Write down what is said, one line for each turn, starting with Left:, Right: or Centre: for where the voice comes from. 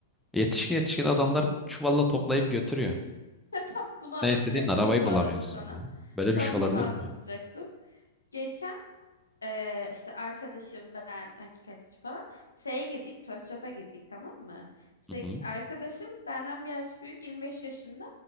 Centre: Yetişkin yetişkin adamlar çuvalla toplayıp götürüyor.
Left: <laughs> tam bunu anlatacaktım
Centre: Sen istediğin arabayı
Left: bu
Centre: bulamıyorsun
Left: arada sana.
Centre: ya. Böyle bir
Left: Tam
Centre: şey olabilir
Left: bunu anlatacaktım.
Centre: mi ya?
Left: Geçen Ee, işte arkadaşım ben erkek arkadaşım falan şeye girdik Toys Shop'a girdik tamam mı? İşte
Centre: Hı hı.
Left: arkadaşım benden bir yaş büyük 25 yaşında.